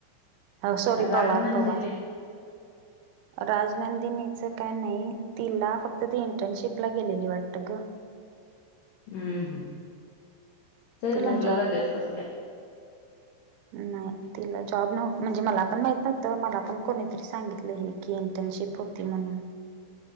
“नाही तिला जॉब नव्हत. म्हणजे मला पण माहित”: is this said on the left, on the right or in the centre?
Right